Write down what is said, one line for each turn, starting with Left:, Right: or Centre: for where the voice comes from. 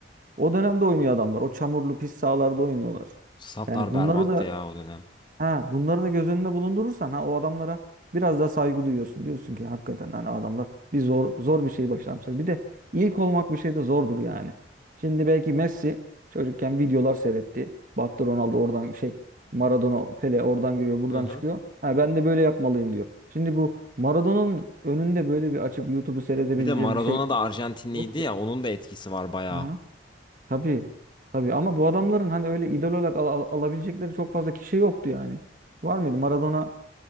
Right: O dönemde oynuyor adamlar. O çamurlu pis sahalarda oynuyorlar.
Left: Statlar
Right: Yani
Left: berbattı
Right: bunları da
Left: ya o dönem.
Right: Ha, bunları da göz önünde bulundurursan ha o adamlara biraz daha saygı duyuyorsun. Diyorsun ki hakikaten hani adamlar bir zor zor bir şey başarmışlar. Bir de ilk olmak bir şey de zordur yani. Şimdi belki Messi çocukken videolar seyretti. Baktı Ronaldo oradan şey Maradona Pele oradan giriyor buradan
Left: Hı hı.
Right: çıkıyor. Ha ben de böyle yapmalıyım diyor. Şimdi bu Maradona'nın önünde böyle bir açıp YouTube'u seyredebileceği
Left: Bir de Maradona
Right: bir şey
Left: da Arjantinliydi
Right: yoktu.
Left: ya onun da etkisi var bayağı.
Right: Aha. Tabii. Tabii ama bu adamların hani öyle idol olarak al- al- alabilecekleri çok fazla kişi yoktu yani. Var mıydı? Maradona